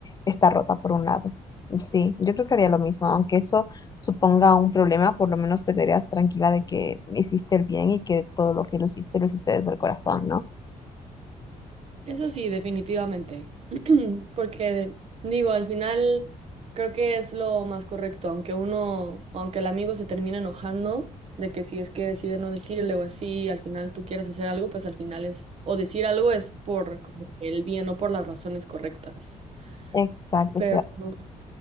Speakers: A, on the left; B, on the right.
A: está rota por un lado. Sí, yo creo que haría lo mismo, aunque eso suponga un problema, por lo menos te quedarías tranquila de que hiciste el bien y que todo lo que lo hiciste, lo hiciste desde el corazón, ¿no?
B: Eso sí, definitivamente. <clears throat> Porque digo, al final creo que es lo más correcto, aunque uno, aunque el amigo se termine enojando de que si es que decide no decirle o así, al final tú quieres hacer algo, pues al final es, o decir algo es por como que el bien o por las razones correctas.
A: Exacto,
B: Pero,
A: o sea,
B: <clears throat>